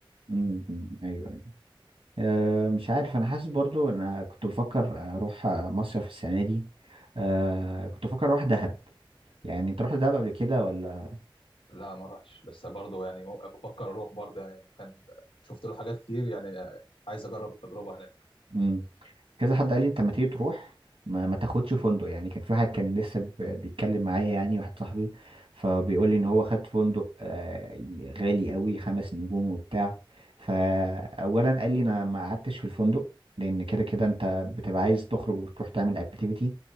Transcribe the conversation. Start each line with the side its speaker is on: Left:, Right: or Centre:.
Right: امم، ايوه ايوه أه مش عارف انا حاسس برضو انا كنت بفكر اروح مصيف السنه دي أه كنت بفكر اروح دهب يعني تروح لدهب قبل كده ولا
Left: لا ما رحتش بس برضه يعني مو- بفكر اروح برضه يعني كان شفت له حاجات كتير يعني آه، عايز اجرب التجربه هناك
Right: مم. كذا حد قال لي انت ما تيجي تروح ما, ما تاخدش فندق يعني كان في واحد كان لسه ب- بيتكلم معايا يعني واحد صاحبي فبيقول لي ان هو
Left: اه
Right: خد فندق آه، غالي قوي خمس نجوم وبتاع فاولا قال لي انا ما قعدتش في الفندق لان كده كده انت بتبقى عايز تخرج وتروح تعمل اكتيفيتي